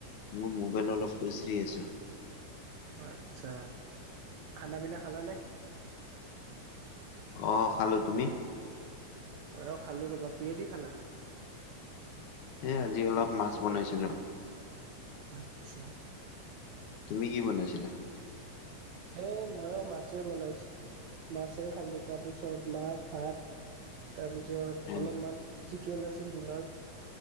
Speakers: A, on the left (about 75°); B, on the right (about 70°).
A: মোৰ মোবাইল অলপ খুজৰি আছোঁ।
B: আচ্ছা। খানা-পিনা খাল নে?
A: অ খালো। তুমি?
B: বয় খালো ৰবা। কিহেদি খালা?
A: এ আজি অলপ মাছ বনাইছিলো।
B: আতছা।
A: তুমি কি বনাইছিলা?
B: হ ময়ো মাছে বনাইছো। মাছে খালো তাৰপিছত মাছ ভাত তাৰপিছত
A: হয়
B: অলপমান
A: নি
B: চিকেন আছিল দিনৰ